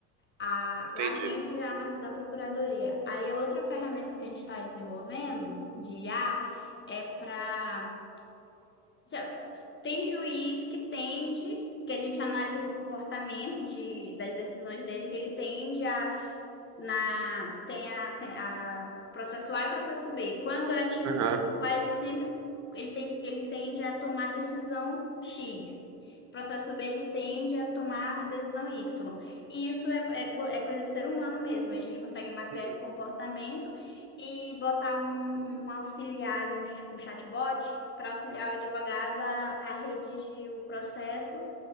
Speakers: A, on the left; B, on the right.
A: a-
B: entendi.
A: lá dentro já na- da Procuradoria. Aí a outra ferramenta que a gente está desenvolvendo de IA é para se- Tem juiz que tende, que a gente analisa o comportamento de, das decisões dele, que ele tende na tem a, assim, a processo A e processo B. Quando é tipo
B: Aham,
A: processo A, ele sempre ele tem, ele tende a tomar decisão X. Processo B, ele tende a tomar decisão Y. E isso é, é, co- é coisa de ser humano mesmo. A gente consegue mapear
B: uhum.
A: esse comportamento e botar um, um auxiliar, ali, um, tipo um chatbot, para auxiliar o advogado a, a redigir o processo